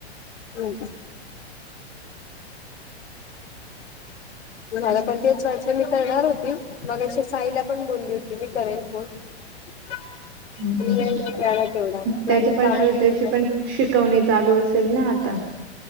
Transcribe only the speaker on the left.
ह्म्म, मला पण तेच वाटलं मी करणार होती, मगाशी साईला पण बोलली होती मी करेल फोन. खला
<unintelligible>
तेवढा
गाडींचा
आवाज येत
होता.